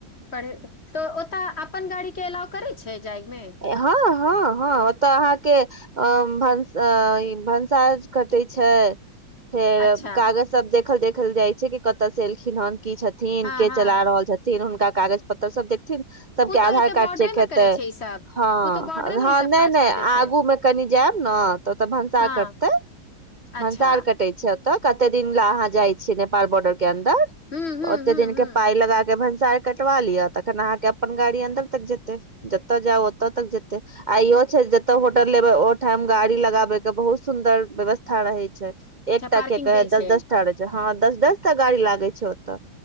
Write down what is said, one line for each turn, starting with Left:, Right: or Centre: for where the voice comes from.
Left: पढ़ तऽ ओतऽ अपन गाड़ी के एलाव करै छै जायकमे
Right: हँ हँ हँ ओतऽ अहाँके अ भनस भनसार कटै छै फेर
Left: अच्छा
Right: कागज सब देखल देख देखल जाइ छै कि कतऽ से एलखिन हेन की छथिन
Left: हँ
Right: के
Left: हँ
Right: चला रहल छथिन हुनका कागज पत्र सब देख न सबके
Left: ओ तऽ
Right: आधार
Left: एते
Right: कार्ड
Left: बॉर्डरे
Right: चेक हेतै
Left: मे करै छै ई सब
Right: हँ
Left: ओ तऽ बॉर्डरे
Right: हँ
Left: मे ई सब
Right: नहि
Left: काज
Right: नहि
Left: कर दै
Right: आगू
Left: छै
Right: मे कनि जायब ने तऽ ओतऽ भनसा
Left: हँ
Right: कटतै
Left: अच्छा
Right: भनसा कटैत छै तऽ कते दिन ल अहाँ जाइ छीिय नेपाल बोर्डर के अन्दर
Left: हूँ हूँ
Right: ओते
Left: हूँ
Right: दिन
Left: हूँ
Right: के पाइ लगा के भ कटवा लिअ तखन अहाँके अपन गाड़ी अन्दर तक जेते जतऽ जाउ ओत तक जेते आ इो छै जते होटल लेबे ओ टाइम गाड़ी लगाबे के बहुत सुंन्दर व्यवस्था रहे छै
Left: अच्छा
Right: एकटा
Left: पार्किंग
Right: के कह
Left: दै छै
Right: दस दस टा रहे छै हँ दस दस टा गाड़ी लागे छै ओतऽ